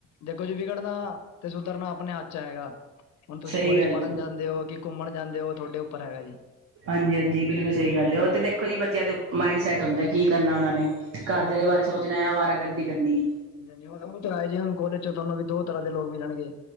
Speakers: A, on the left (about 65°); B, on the right (about 50°).
A: ਦੇਖੋ ਜੀ ਵਿਗੜਨਾ ਤੇ ਸੁਧਰਨਾ ਆਪਣੇ ਹੱਥ ਚ ਹੈਗਾ ਹੁਣ ਤੁਸੀਂ
B: ਸਹੀ
A: ਕੋਲੇਜ
B: ਗੱਲ
A: ਪੜ੍ਹਨ
B: ਹੈ
A: ਜਾਂਦੇ ਹੋ ਕਿ ਘੁੰਮਣ ਜਾਂਦੇ ਹੋ ਤੁਹਾਡੇ ਉੱਪਰ ਹੈਗਾ ਜੀ
B: ਹਾਂਜੀ ਹਾਂਜੀ ਬਿਲਕੁਲ ਸਹੀ ਗੱਲ ਉਹ ਤੇ ਦੇਖੋ ਜੀ ਬੱਚਿਆਂ ਦੇ ਮਾਇਡ ਸੈਟ ਹੁੰਦਾ ਹੈ ਕੀ ਕਰਨਾ ਉਹਨਾਂ ਨੇ ਘਰਜਿਆਂ ਦੇ
A: ਹਾਂਜੀ
B: ਬਾਰੇ
A: ਹਾਂਜੀ
B: ਸੋਚਣਾ ਆ ਆਵਾਰਾਗਰਦੀ ਕਰਨੀ
A: ਹਾਂਜੀ ਹਾਂਜੀ ਉਹ ਆਏ ਜੀ ਹੁਣ ਕੋਲੇਜ ਚ ਤੁਹਾਨੂੰ ਵੀ ਦੋ ਤਰ੍ਹਾਂ ਦੇ ਲੋਕ ਮਿਲਣਗੇ